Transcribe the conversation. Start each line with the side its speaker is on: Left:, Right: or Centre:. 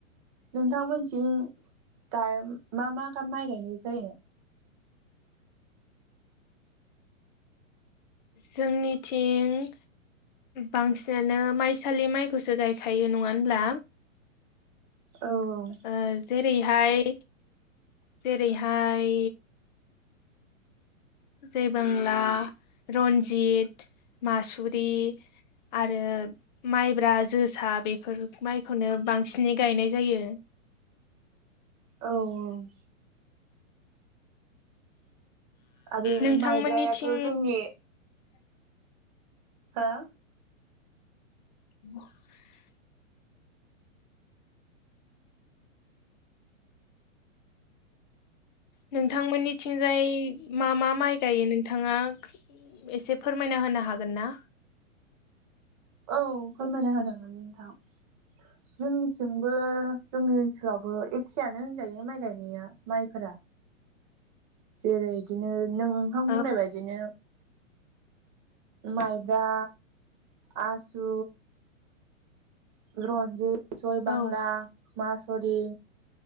Right: नोंथांमोननिथिं दा मा मा गाम माइ गायनाय जायो?
Left: जोंनिथिं बांसिनानो माइसालि माइखौसो गायखायो नङा होनब्ला?
Right: औऔ।
Left: ओ जेरैहाय जेरैहाय जैबांला रन्जित मासुरि आरो माइब्रा जोसा बेफोर माइखौनो बांसिनै गायनाय जायो।
Right: औ औ। आरो
Left: नोंथांमोननिथिं
Right: माइब्रायाथ जोंनि हो
Left: <inaudible> नोंथांमोननिथिंजाय मा मा माइ गायो नोंथाङा एसे फोरमायना होनो हागोन ना?
Right: औ फोरमायना होजागोन नोंथां। जोंनिथिंबो जोंनि ओनसोलावबो एखेयानो होनजायो माइ गायनाया माइफोरा। जेरै बिदिनो नों नोंथां बुंनाय
Left: औ
Right: बायदिनो माइब्रा आसु रनजित जयबांला
Left: औ
Right: मासरि